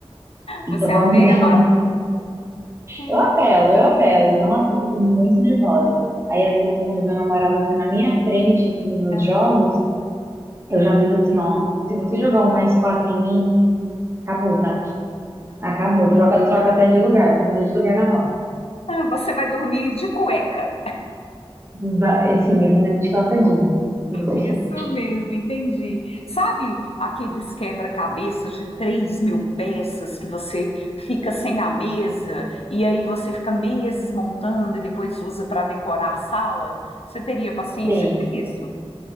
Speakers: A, on the right (about 25°); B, on the left (about 75°).
A: Então
B: Você
A: vamos,
B: apela.
A: <laughs> ver, vamos.
B: Hum,
A: Eu apelo, eu apelo. Nossa, eu fico muito nervosa. Aí às vezes quando meu namorado tá na minha frente, assim, nos
B: ah,
A: jogos, eu já aviso assim, ó, se você jogar um mais quatro em mim, acabou, tá? Acabou. Troca, troca até de lugar, muda de lugar na roda.
B: ah, Você vai dormir de cueca.
A: Va- Assim, eu vou demitir ela tadinha. Se você
B: Isso mesmo, entendi. Sabe aqueles quebra-cabeças de 3 mil peças que você fica sem a mesa e aí você fica meses montando e depois usa para decorar a sala? Você teria paciência
A: Sei.
B: com isso?